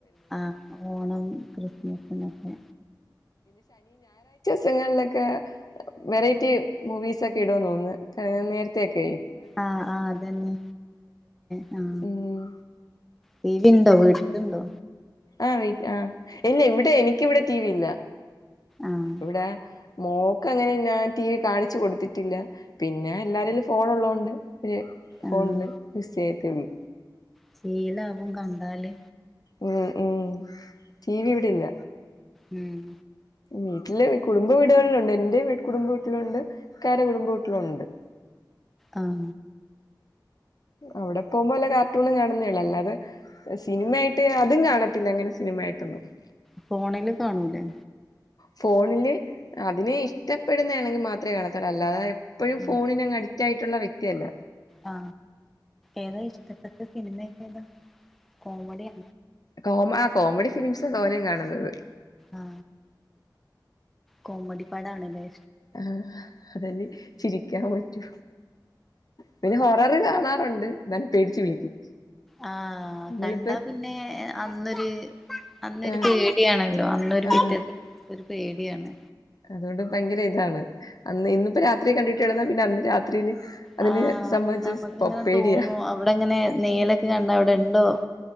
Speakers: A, in the centre; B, on the left.
A: ആ ഓണം ക്രിസ്മെസിനൊക്കെ
B: സങ്ങളിലൊക്കെ വെറൈറ്റി മൂവീസ് ഒക്കെ ഇടോ തോന്നന്ന് ക നേരത്തെൊക്കെയി
A: ആഹ് ആഹ് അതന്നെ <unintelligible>
B: മ്മ്
A: ടീല്ണ്ടോ വീട്ട്ല്ണ്ടോ
B: ആ് വീ ആ ഇല്ല ഇവിടെ എനിക്കിവ്ടെ ടി വി ല്ല
A: ആഹ്
B: ഇവിടെ മോൾക്കങ്ങനെ ഞാൻ ടി വി കാണിച്ച് കൊടുത്തിട്ടില്ല പിന്നെ എല്ലാരേലും ഫോ ള്ളോണ്ട് ഒര് ഫോണ്ല്
A: ആഹ്
B: ബിസിയായിരി <unintelligible>
A: ശീലാവും കണ്ടാല്
B: ഉ ഉം ടി വി ഇവിടില്ല
A: ഉം
B: വീട്ടില് കുടുംബ വീടുകളിലുണ്ട് എന്റെ വീട്ട് കുടുംബ വീട്ടിലുണ്ട് ഇക്കാടെ കുടുംബ വീട്ടിലുണ്ട്
A: ഉം
B: അവിടെ പോവുമ്പോ വല്ല കാർട്ടൂണും കാണുന്നെള്ളു അല്ലാതെ സിനിമായിട്ട് അതും കാണത്തില്ല അങ്ങനെ സിനി ഇമ്മായിട്ട് <unintelligible>
A: ഫോണില് കാണൂലേ
B: ഫോണില് അതിന് ഇഷ്ടപ്പെടുന്നേണെങ്കിൽ മാത്രേ കാണത്തൊള്ളൂ അല്ലാതെ പ്പൊഴും
A: ഉം
B: ഫോണിനങ്ങഡിക്റ്റായ്ട്ടുള്ള വ്യക്ക്ത്യ ല്ല
A: ആ ഏതാ ഇഷ്ടപ്പെട്ട സിനിമക്കേതാ കോമഡ്യാ
B: കോമ ആ കോമഡി ഫിലിംസാ തോനിം കാണുന്നത്
A: ആ കോമഡി പാടാണ്ല്ലേ
B: ആ അതന്നെ ചിരിക്കാൻ പറ്റൂ പിന്നെ ഹോ റ് കാണാറ്ണ്ട് എന്നാലും പേടിച്ച് വിളിക്കും
A: ആ
B: നമ്മളിപ്പോ
A: കണ്ടാ പിന്നെ അന്നൊര് അന്നൊരു
B: ആ
A: പേട്യാണല്ലോ അന്നൊരു
B: ആ
A: പിറ്റ ഒരു പേട്യാണ്
B: അതുകൊണ്ട് ഭയ്ങ്കര ഇതാണ് അന്ന് ഇന്ന്പ്പോ രാത്രി കണ്ടിട്ട്കെടന്നാ പിന്നെ അന്ന് രാത്രിയില് അതിനെ
A: ആ
B: സംബന്ധിച്ച്
A: നമ്മക്ക്ങ്ങനെ
B: പേടിയാ
A: തോന്നും അവ്ടങ്ങനെ നെയലൊക്കെ കണ്ടാ അവ്ടെണ്ടോ